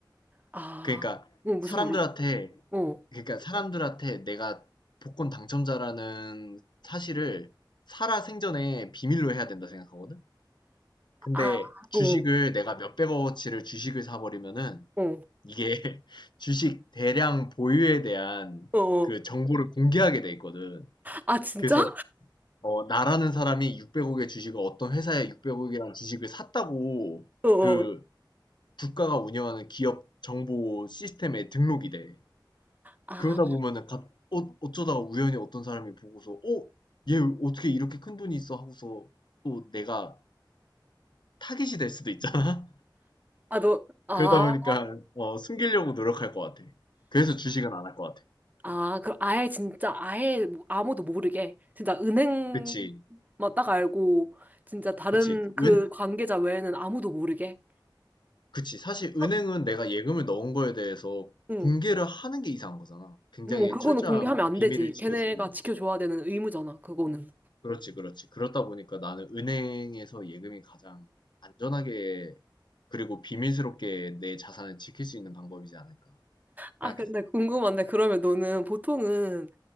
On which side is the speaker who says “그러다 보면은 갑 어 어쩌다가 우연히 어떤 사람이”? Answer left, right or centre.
Left